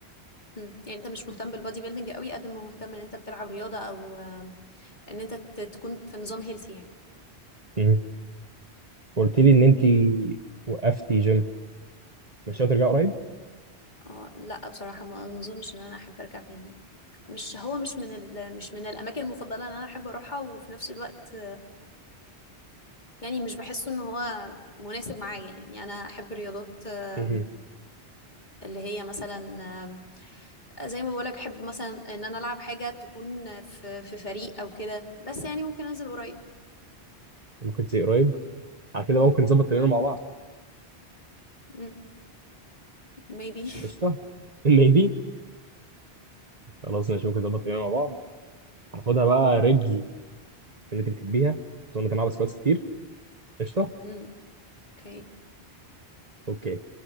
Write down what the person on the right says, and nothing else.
مم. قلت لي ان انت
وقفتي جيم مش ناوي ترجعي قريب
مهم.
ممكن تيجي قريب على كده
بقى ممكن نظبط تمرين مع بعض
قشطه <laughs> ميبي خلاص ماشي ممكن نظبط تمرين مع بعض هناخدها بقى رجل اللي انت بتحبيها اظن انت بسكواتس كتير قشطه
اوكي